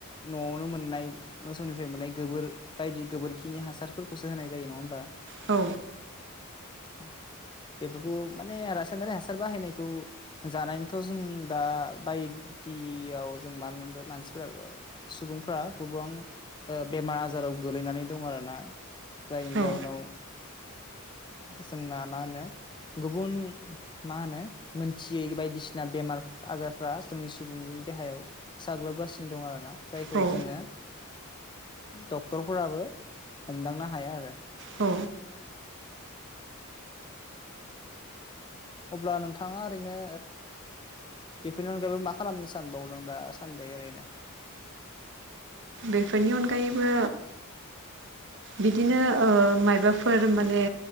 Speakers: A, on the left (about 20°); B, on the right (about 60°).
A: न'आवनो मोननाय मोसौनिफ्राय मोननाय गोबोर बायदि गोबोरखिनि हासार खौसो होनाय जायो नङा होमबा
B: औ
A: औ बेफोरखौ माने रासायनारि हासार बाहायनायखौ जानायथ' जों दा बायदियाव जों मानोदों मानसिफोरा सुबुंफ्रा गोबां बेमार आजाराव गोलैनानै दं आरो ना जायनि जाउोनाव
B: औ
A: जोंना मा होनो गुबुन मा होनो मोनथियै बायदिसिना बेमार आजारफ्रा जोंनि सुबुंनि देहायाव साग्लोबगासिनो दं आरोना जायखौ
B: औ
A: जोङो डक्टरफोराबो हमदांनो हाया आरो
B: औ
A: अब्ला नोंथाङा ओरैनो बेफोरनि अनगायैबो मा खालामनो सानबावदों दा सान्दि ओरैनो
B: बेफोरनि अनगायैबो बिदिनो मायबाफोर माने